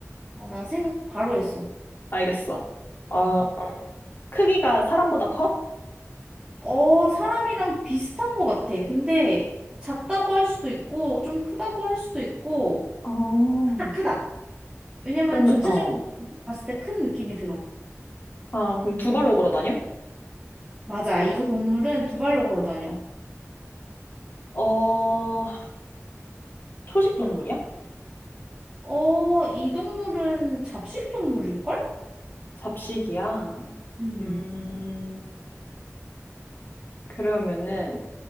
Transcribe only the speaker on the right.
어, 나 생각 바로 했어.
응.
어, 사람이랑 비슷한 것 같아. 근데 작다고 할 수도 있고, 좀 크다고 할 수도 있고,
크다, 크다. 왜냐면
전체적으로
봤을 때 큰 느낌이 들어.
맞아. 이거 동물은 두 발로 걸어 다녀.
어, 이 동물은 잡식 동물일걸?
음,